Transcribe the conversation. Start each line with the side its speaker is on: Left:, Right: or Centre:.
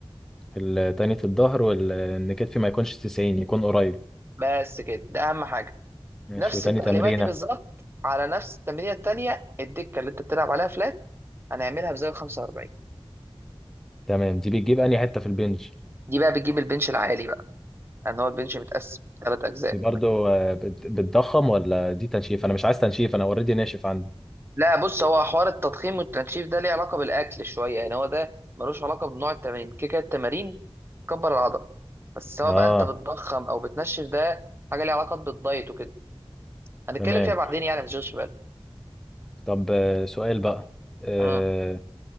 Centre: ال- تانية الظهر وان كتفي ما يكونش 90 يكون قريب
Right: بس كده ده اهم حاجه
Centre: ماشي
Right: نفس
Centre: وتاني
Right: التعليمات
Centre: تمرينه
Right: دي بالظبط على نفس التمرينه التانيه الدكه اللي انت بتلعب عليها فلات هنعملها بزاويه 45
Centre: تمام دي بتجيب انهي حته في البنج
Right: دي بقى بتجيب البنش العالي بقى ان هو البنش متقسم ثلاث اجزاء
Centre: دي برضو آه، بت- بتضخم ولا دي تنشيف انا مش عايز تنشيف انا اوريدي ناشف عندي
Right: لا بص هو حوار التضخيم والتنشيف ده ليه علاقة بالأكل شوية يعني هو ده ملوش علاقة بنوع التمارين كده كده التمارين كبر العضلة بس سواء
Centre: اه
Right: بقى أنت بتضخم أو بتنشف ده حاجة ليها علاقة بالدايت وكده هنتكلم
Centre: تمام
Right: فيها بعدين يعني ما تشغلش بالك
Centre: طب آه، سؤال بقى آه،
Right: اه